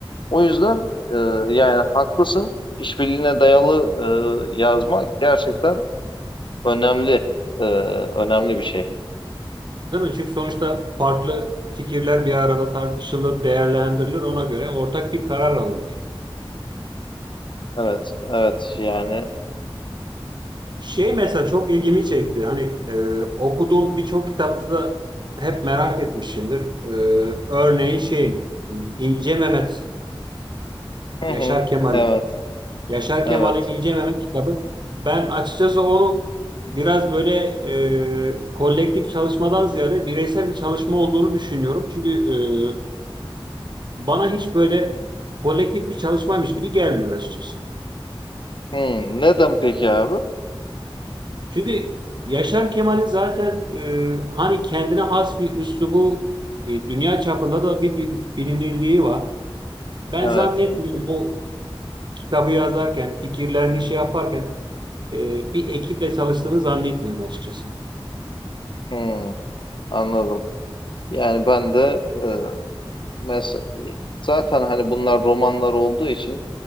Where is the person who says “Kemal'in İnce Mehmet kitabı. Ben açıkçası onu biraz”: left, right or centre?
Right